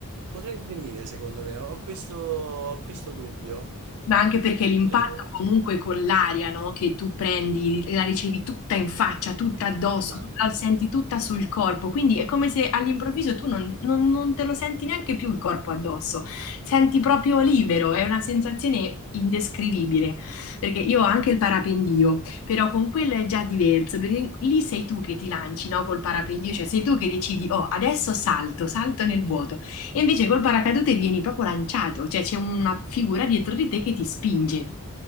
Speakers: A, on the right; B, on the left.
A: potrei svenire, secondo me. Ho questo, ho questo dubbio.
B: Ma anche perché l'impatto
A: Eh,
B: comunque con l'aria, no, Che tu prendi, la ricevi tutta in faccia, tutta addosso,
A: esatto.
B: la senti tutta sul corpo, quindi è come se all'improvviso tu non, non- non te lo senti neanche più il corpo addosso, senti proprio libero, è una sensazione indescrivibile, perché io ho anche il parapendio, però con quello è già diverso, perché lì sei tu che ti lanci, no, Col parapendio, cioè sei tu che decidi, oh, adesso salto, salto nel vuoto. E invece col paracadute vieni proprio lanciato, cioè c'è una figura dietro di te che ti spinge.